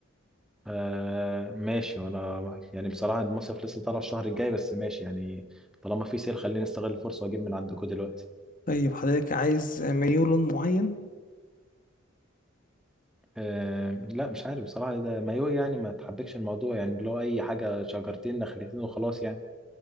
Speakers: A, in the centre; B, on the left.
A: آه ماشي وانا يعني بصراحه المصيف لسه طالع الشهر الجاي بس ماشي يعني طالما في سيل خليني استغل الفرصه واجيب من عندكم دلوقتي
B: طيب حضرتك عايز مايو لون معين
A: آه لا مش عارف بصراحه ده مايو يعني ما تحبكش الموضوع يعني اللي هو اي حاجه شجرتين نخلتين وخلاص يعني